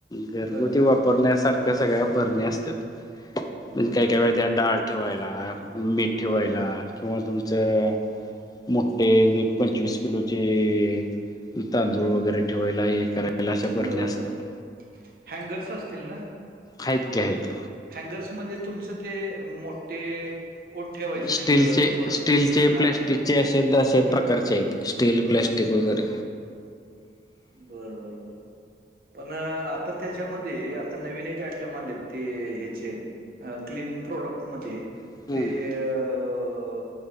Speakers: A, on the left; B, on the right.
A: घरगुती
B: बरं,
A: वाप वापरण्यासारख्या सगळ्या भरण्या असत्यात मंग
B: बरं,
A: काय काय वेळेत त्या डाळ ठेवायला मीठ ठेवायला
B: बरं,
A: किंवा तुमचं मोठे एक पंचवीस किलोचे तांदूळ वगैरे ठेवायला हे करायला अशा भरण्या
B: बरं,
A: असत्यात.
B: बरं. हँगर्स असतील न
A: हाय का हेत?
B: हँगर्स मध्ये तुमचं ते... मोठे कोट ठेवायचे
A: स्टीलचे
B: हँगर्स परत
A: स्टीलचे
B: तुमचे हा
A: <unintelligible> असे असे प्रकारचे हेत... स्टील प्लॅस्टिक वगैरे
B: बर बर बर. पण आता त्याच्यामध्ये.... आता नवीन एक आयटम आलेत... ते ह्याचे अं.... क्लिनिंग प्रोडक्ट मध्ये...
A: हम्म
B: ते अं...